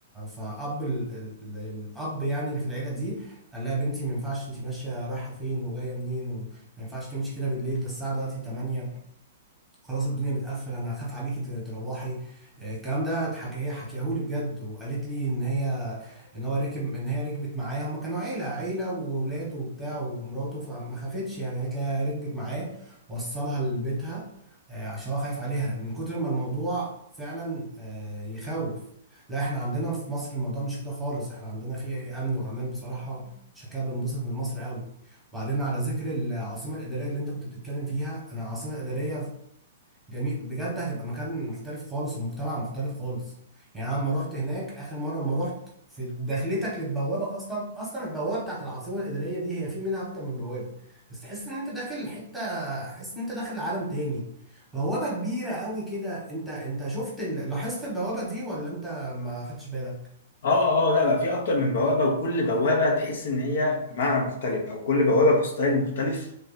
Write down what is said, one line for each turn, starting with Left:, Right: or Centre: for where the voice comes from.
Centre: فاب ال... ال... الاب يعني اللي في العيله دي قال لها بنتي ما ينفعش انت ماشيه رايحه فين وجايه منين وما ينفعش تمشي كده بالليل ده الساعه دلوقتي 8 خلاص الدنيا بتقفل انا هخاف عليكي ت- تروحي آه، الكلام ده اتحكى هي حكيهولي بجد وقالت لي ان هي ان هو راكب ان هي ركبت معاه هما كانوا عيله عيله واولاده وبتاع ومراته فما خافتش يعني قالت لي ركبت معاه وصلها لبيتها آه، عشان هو خايف عليها من كتر ما الموضوع فعلا آه، يخوف لا احنا عندنا في مصر الموضوع مش كده خالص احنا عندنا فيه امن وامان بصراحه عشان كده بنبسط من مصر قوي وبعدين على ذكر العاصمه الاداريه اللي انت كنت بتتكلم فيها انا العاصمه الاداريه جميل بجد هتبقى مكان مختلف خالص ومجتمع مختلف خالص يعني انا لما رحت هناك اخر مره لما رحت في دخلتك للبوابه اصلا اصلا البوابه بتاعت العاصمه الاداريه دي هي في منها اكتر من بوابه بس تحس ان انت داخل حته تحس ان انت داخل عالم تاني بوابه كبيره قوي كده انت انت شفت ال... لاحظت البوابه دي ولا انت ما خدتش بالك
Left: اه اه لا بقى في اكتر من بوابه وكل بوابه تحس ان هي بمعنى مختلف او كل بوابه بستايل مختلف